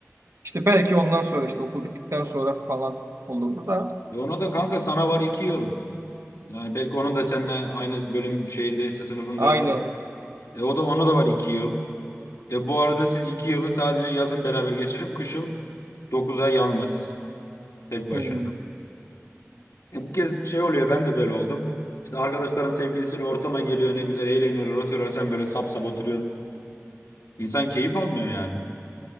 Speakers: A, on the right (about 70°); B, on the left (about 80°).
A: işte belki ondan sonra işte okul bittikten sonra falan olurdu da.
B: E ona da kanka sana var 2 yıl. Yani belki onun da seninle aynı bölüm şeyindeyse sınıfındaysa.
A: Aynı.
B: E o da ona da var 2 yıl. E bu arada siz 2 yılı sadece yazın beraber geçirip kışın 9 ay yalnız tek başına.
A: Hmm,
B: E bu kez şey oluyor ben de böyle oldum. İşte arkadaşların sevgilisiyle ortama geliyor ne güzel eğleniyorlar oturuyorlar sen böyle sap sap oturuyorsun. İnsan keyif almıyor yani.